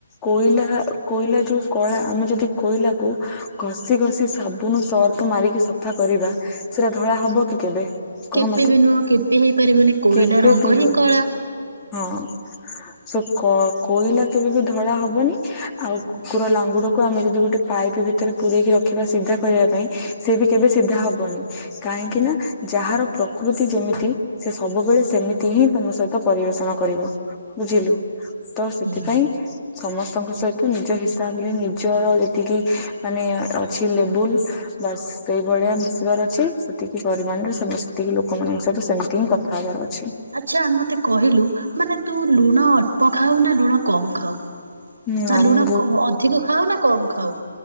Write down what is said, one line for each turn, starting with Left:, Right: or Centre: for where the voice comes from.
Left: କୋଇଲା କୋଇଲା ଯୋଉ କଳା ଆମେ ଯଦି କୋଇଲାକୁ ଘଷି ଘ ସେ ସାବୁନ ସର୍ଫ ମାରିକି ସଫା କରିବା ସେରା ଧଳା ହବ କି କେବେ? କହ
Right: କେବେ
Left: ମତେ
Right: ବି ନୁହଁ କେବେ ହେଇପାରିବନି କୋଇଲା
Left: କେବେ
Right: ରଙ୍ଗ
Left: ବି
Right: ହିଁ
Left: ହବ
Right: କଳା।
Left: ହଁ ସେ କ କୋଇଲା କେବେ ବି ଧଳା ହବନି। ଆଉ କୁକୁର ଲାଙ୍ଗୁଡକୁ ଆମେ ଯଦି ଗୋଟେ ପାଇପି ଭିତରେ ପୁରରେଇକି ରଖିବା ସିଧା କରିବା ପାଇଁ ସେ ବି କେବେ ସିଧା ହବନି କାହିଁକି ନା ଯାହାର ପ୍ରକୃତି ଯେମି ତି ସେ ସବୁବେଳେ ସେମିତି ହିଁ ତମ ସହିତ ପରିବେଷଣ କରିବ। ବୁଝିଲୁ, ତ ସେଥିପାଇଁ
Right: ହୁଁ
Left: ସମସ୍ତଙ୍କ ସହିତ ନିଜ ହିସାବରେ ନିଜର ଯେତି କି ମାନେ ଅଛି ଲେବୁଲ ବାସ୍ ସେଇ ଭଳିଆ ମିଶିବାର ଅଛି ସେତିକି ପରିମାଣ ରେ ସେମା ସେତିକି ଲୋକମାନଙ୍କ ସହିତ ସେମିତି ହିଁ କଥା ହେବାର ଅଛି।
Right: ଆଚ୍ଛା, ମତେ କହିଲୁ ମାନେ ତୁ ଲୁଣ ଅଳ୍ପ ଖାଉ ନା ଲୁଣ କମ ଖାଉ?
Left: ନା
Right: ନାଁ
Left: ମୁଁ
Right: ଲୁଣ କ ଅଧିକ ଖାଅ ନାଁ କମ ଖାଅ?